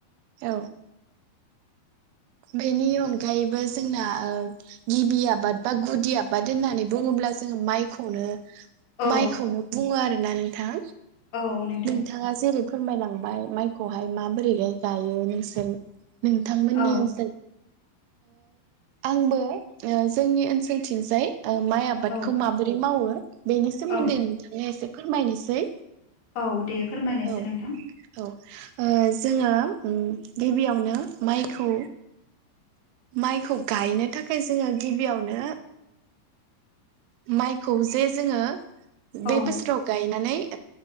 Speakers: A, on the right; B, on the left.
A: औ। बेनि अनगायैबो जोंना गिबि आबाद बा गुदि आबाद होननानै बुङोब्ला। ब्ला जोङो माइखौनो।
B: औ
A: माइखौनो बुङो आरोना नोंथां
B: औ नोंथां
A: नोंथाङा जेरै फोरमायलांबाय माइखौहाय माबोरैहाय गायो नोंसोर नोंथांमोननि
B: औ
A: ओन आंबो जोंनि ओनसोलथिंजाय माइ आबादखौ
B: औ
A: माबोरै मावो बेनि सोमोन्दै
B: औ
A: नोंथांनो एसे फोरमायनोसै।
B: औ दे फोरमायनायसै
A: औ
B: नोंथां
A: औ जोङो गिबियावनो माइखौ माइखौ गायनो थाखाय जोङो गिबियावनो माइखौ जे जोङो बे
B: औ
A: बोसोराव गायनानै